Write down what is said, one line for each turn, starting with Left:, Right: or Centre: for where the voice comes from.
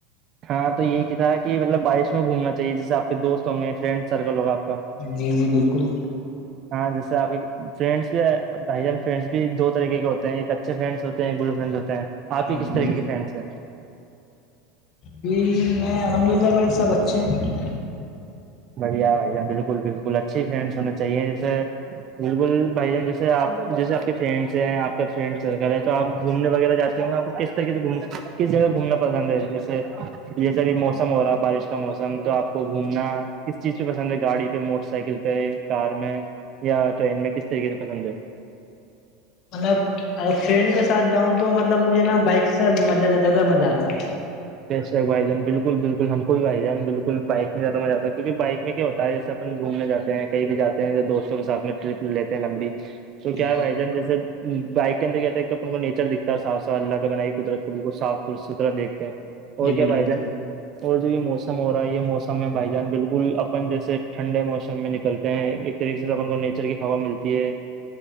Right: ہاں تو یہی کی تھا کہ مطلب بارش میں گھومنا چاہیے جیسے آپ کے دوست ہوں گے فرینڈ سرکل ہوگا آپ کا
Left: جی جی بالکل
Right: ہاں جیسے آپ کے فرینڈس بھی بھائی جان فریڈس بھی دو طریقے کے ہوتے ہیں ایک اچھے فرینڈس ہوتے ہیں گڈ فرینڈ ہوتے ہیں آپ
Left: جی
Right: کے کس طرح کی فرینڈس ہیں
Left: جی میں الحمد للہ میرے سب اچھے ہیں
Right: بڑھیا بھیا بالکل بالکل اچھی چاہیے جیسے بالکل بھائی جان جیسے آپ جیسے آپ کے فرینڈس ہیں آپ کا فرینڈ سرکل ہے توآپ گھومنے وغیرہ جاتے ہیں آپ کو کس طریقے سے گھوم سکتے کس جگہ گھومنا پسند ہے جیسے جیسے ابھی موسم ہو رہا بارش کا موسم تو آپ کو گھومنا کس چیز پہ پسند ہے گاڑی پہ موٹر سائیکل پہ کار میں یا ٹرین میں کس س کے پسند ہے
Left: مطلب فرینڈ کے ساتھ جاؤں تو مطلب مجھے نا بائک سے زیادہ مزہ آتا ہے
Right: بےشک بائی جان بالکل بالکل ہم کو بھی بائی جان بالکل بائک میں زیادہ مزہ آتا کیونکہ بائک میں کیا ہوتا جیسے اپن گھومنے جاتے ہیں کہیں بھی جاتے ہیں دوستوں کے سات میں ٹرپ لیتے ہیں لمبی تو
Left: جی
Right: کیا ہے بھائی جان جیسے بائک کے اندر کیایا ہے تو اپ کویچر دکھتا ہے صا صاف اللہ کا بنائی قدرت کو بالکل صاف ستھرایکھتے ہیں اور
Left: جی
Right: کیا
Left: بالکل
Right: بھائی جان اور جو یہ موسم ہو رہا ہے یہ موسم میں بھائی جان بالکل اپن جیسے ٹھنڈے موسم میں نکلتے ہیں ایک طریقے سے اپ کو نیچر کی ہوا ملتی ہے